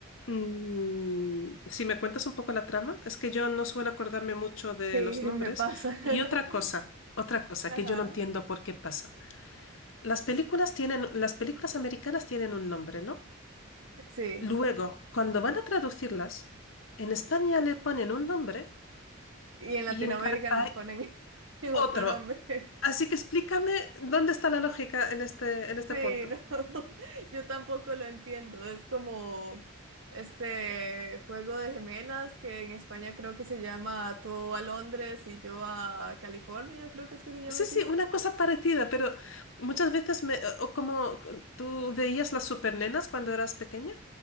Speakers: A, on the left; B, on the right.
A: Mm, si me cuentas un poco la trama, es que yo no suelo acordarme mucho de
B: Sí,
A: los nombres.
B: me pasa. <laughs>
A: Y otra cosa, otra cosa
B: Ajá,
A: que yo no entiendo por qué pasa. Las películas tienen, las películas americanas tienen un nombre, ¿no?
B: sí.
A: Luego, cuando van a traducirlas, en España le ponen un nombre
B: Y en Latinoamérica
A: y en cada país
B: me ponen <laughs> en
A: otro.
B: otro nombre.
A: Así que explícame dónde está la lógica en este, en este
B: Sí,
A: punto.
B: no, <laughs> yo tampoco lo entiendo. Es como este juego de gemelas que en España creo que se llama Tú a Londres y yo a California, creo que es que se llama
A: Sí,
B: así.
A: sí, una cosa parecida, pero muchas veces me, o como tú veías las supernenas cuando eras pequeña.